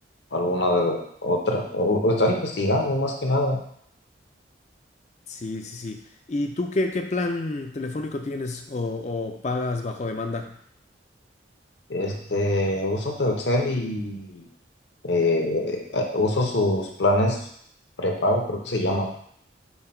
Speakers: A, on the left; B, on the left.
A: alguna de otra, o, o estar investigando más que nada.
B: Sí, sí, sí. ¿Y tú qué, qué plan telefónico tienes o, o pagas bajo demanda?
A: Este, uso Telcel y eh, eh, uso sus planes prepago, creo que se llaman.